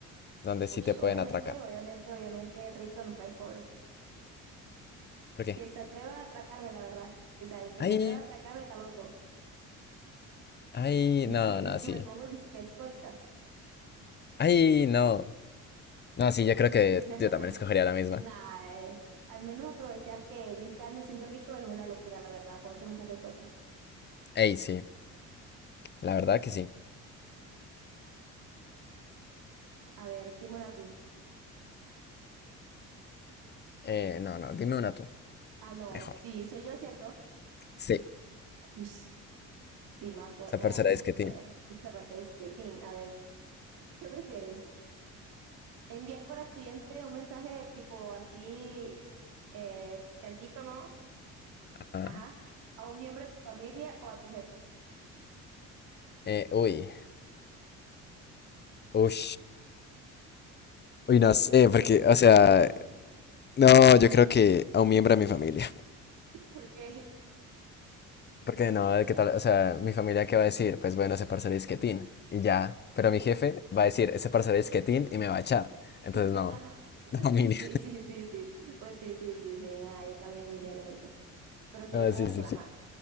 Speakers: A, on the left (about 35°); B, on the right (about 85°).
A: donde
B: Uy,
A: sí te pueden
B: obviamente,
A: atracar.
B: obviamente, obviamente, rico en un país pobre.
A: ¿Por qué?
B: Que se atreva a atracarme, la verdad. O sea, el que
A: Ay,
B: se atreva a atracarme está loco.
A: ay,
B: Dice
A: no, no,
B: que,
A: sí.
B: me pongo disque escoltas.
A: Ay, no. No, sí, yo creo que
B: <laughs>
A: yo también escogería la misma.
B: Nah, eh, al menos aprovechar que 20 años siendo rico es una locura, la verdad. Puedo hacer un poco de cosas.
A: Ey, sí, la verdad que sí.
B: A ver, dime una tú.
A: Eh, no, no, dime una tú,
B: Ah, no,
A: mejor.
B: sí, soy yo, ¿cierto?
A: Sí,
B: Ish, sí, más bo-
A: esa
B: eh,
A: parcera
B: ay,
A: es que ti.
B: a ver, esta parece disquetín. A ver, ¿qué prefieres? ¿Enviar por accidente un mensaje tipo así eh, picantico, ¿no?
A: Ajá.
B: Ajá. A un miembro de tu familia o a tu jefe.
A: Eh, uy. Uy, uy, no sé, porque, o sea, no, yo creo que a un miembro de mi familia. <laughs>
B: Porque,
A: Porque no, ¿qué tal? O sea, mi familia, ¿qué va a decir? Pues bueno, ese parcero es quietín, y ya. Pero mi jefe va a decir, ese parcero es quietín, y me va a echar. Entonces,
B: <laughs>
A: no, <laughs> la familia.
B: pues sí, sí, sí, sí. Pues sí, sí, sí, sí. Nada, yo también le diría lo mismo. Pero sería
A: Ah
B: raro,
A: sí, sí,
B: pero
A: sí.
B: ajá.